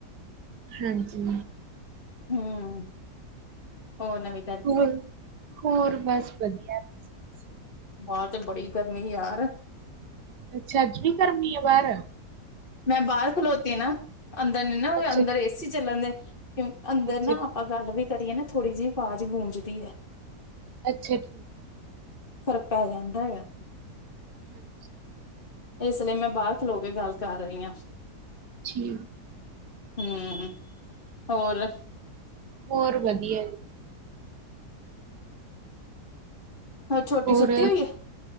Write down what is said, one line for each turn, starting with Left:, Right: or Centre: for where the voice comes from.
Right: ਹਾਂਜੀ
Left: ਹਮ ਹੋ ਨਵਵੇ
Right: ਹੋਰ ਹੋਰ ਬਸ ਵਧੀਆ ਤੁਸੀਂ ਦੱਸੋ?
Left: ਬਾਹਰ ਚ ਬੜੀ ਗਰਮੀ ਯਾਰ
Right: ਅੱਛਾ ਅੱਜ ਵੀ ਗਮੀ ਆ ਬਾਹਰ
Left: ਮੈਂ ਬਾਹਰ ਖਲੋਤੀ ਆ ਨਾ ਅੰਦਰ ਨੀ ਨਾ
Right: ਅੱਛਾ
Left: ਅੰਦਰ ਏਸੀ ਚੱਲਣ ਦੇ ਕਿਉਂ ਅੰਦਰ
Right: ਅੱਛਾ
Left: ਨਾ
Right: ਠੀਕ,
Left: ਆਪਾਂ ਗੱਲ ਵੀ ਕਰੀਏ ਨਾ ਥੋੜ੍ਹੀ ਜਿਹੀ ਆਵਾਜ਼ ਗੂੰਜਦੀ ਹੈ
Right: ਅੱਛਾ ਠੀਕ
Left: ਫ਼ਰਕ ਪੈ ਜਾਂਦਾ ਹੈਾ
Right: ਅੱਛਾ
Left: ਇਸ ਲਈ ਮੈਂ ਬਾਹਰ ਖਲੋ ਕੇ ਗੱਲ ਕਰ ਰਹੀ ਹਾਂ
Right: ਜੀ
Left: ਹਮ ਹੋਰ
Right: ਹੋਰ ਵਧੀਆ ਜੀ
Left: ਛੋਟੀ
Right: ਹੋਰ
Left: ਸੁੱਤੀ ਹੋਈ